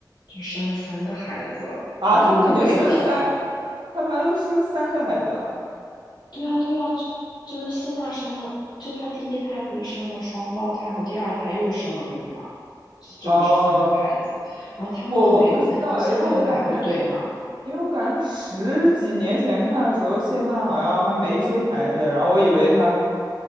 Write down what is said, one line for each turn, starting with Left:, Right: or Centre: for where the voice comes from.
Left: 就生了三个孩子了，
Right: 啊，
Left: 就他们的唯粉还，
Right: 他们已经生三，他们还都生三个孩子了。
Left: 对啊，对啊，就就是谢娜生了，就她第一胎不是生了双胞胎，然后第二胎又生了个女儿，这这不是三个孩子吗？
Right: 哦，
Left: 然后他们的唯粉到现在都还会对骂。
Right: 我我不知道哎，因为我感觉，因为我感觉十几年前看的时候，谢娜好像还没生孩子，然后我以为她。